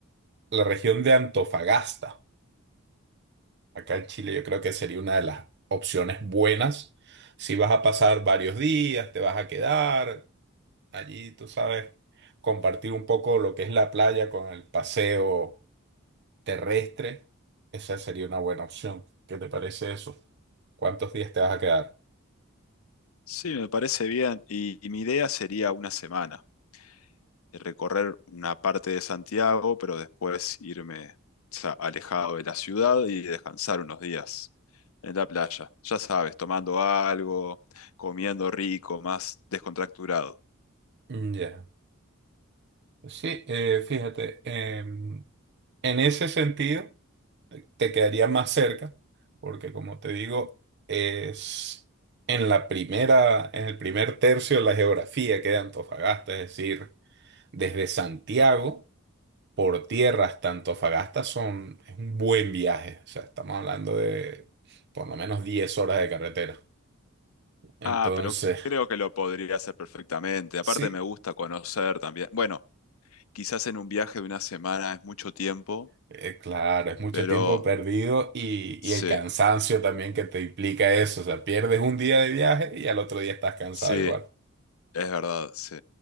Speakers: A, on the right (about 55°); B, on the left (about 85°).
A: la región de Antofagasta, acá en Chile, yo creo que sería una de las opciones buenas. Si vas a pasar varios días, te vas a quedar allí, tú sabes, compartir un poco lo que es la playa con el paseo terrestre, esa sería una buena opción. ¿Qué te parece eso? ¿Cuántos días te vas a quedar?
B: Sí, me parece bien. Y, y mi idea sería una semana, de recorrer una parte de Santiago, pero después irme, o sea, alejado de la ciudad y descansar unos días en la playa. Ya sabes, tomando algo, comiendo rico, más descontracturado.
A: Mm, Ya. Sí, eh, fíjate, em, en ese sentido. te quedaría más cerca, porque como te digo, es en la primera, en el primer tercio de la geografía que de Antofagasta, es decir, desde Santiago por tierra hasta Antofagasta son, es un buen viaje, o sea, estamos hablando de por lo menos 10 horas de carretera. Entonces,
B: Ah, pero creo que lo podría hacer perfectamente. Aparte
A: sí,
B: me gusta conocer también. Bueno, quizás en un viaje de una semana es mucho tiempo,
A: eh, claro, es mucho
B: pero
A: tiempo perdido y,
B: sí.
A: y el cansancio también que te implica eso, o sea, pierdes un día de viaje y al otro día estás cansado
B: Sí,
A: igual.
B: es verdad, sí.